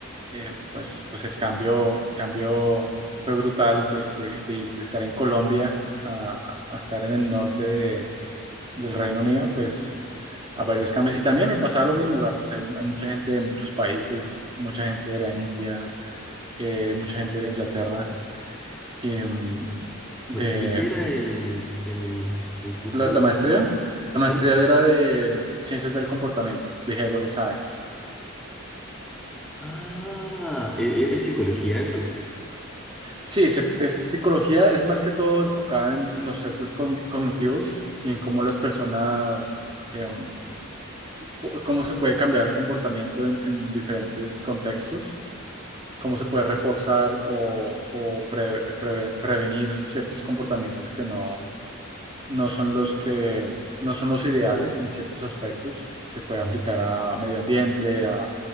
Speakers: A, on the right; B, in the centre.
A: eh, pues, pues el cambio, el cambio fue brutal de, de- de- de estar en Colombia a, a estar en el norte de- del Reino Unido, pues a varios cambios. Y también me pasaba lo mismo, güey, pues hay, hay mucha gente de muchos países, mucha gente de la India, eh, mucha gente de Inglaterra. em, de,
B: Bu- ¿De qué era el, el, el curso?
A: La, la maestría, la
B: ¿Sí?
A: maestría era de Ciencias del Comportamiento, Behavioral Science.
B: Ah, ¿e- e- ¿es, psicología eso?
A: Sí, se- es psicología, es más que todo enfocada en, en los sesgos cogn- cognitivos y en cómo las personas, em, pu- cómo se puede cambiar el comportamiento en, en diferentes contextos, cómo se puede reforzar o, o pre- preve- prevenir ciertos comportamientos que no, no son los que no son los ideales en ciertos aspectos. Se puede
B: Mm.
A: aplicar a medio ambiente,